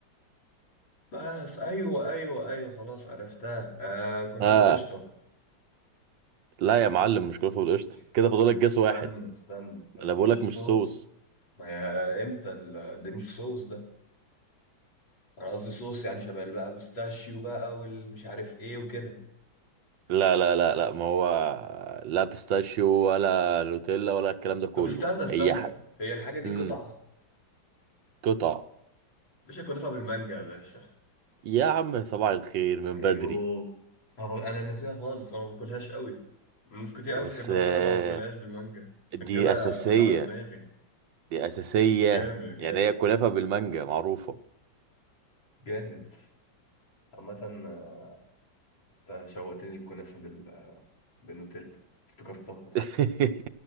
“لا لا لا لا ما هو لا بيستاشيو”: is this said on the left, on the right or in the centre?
Right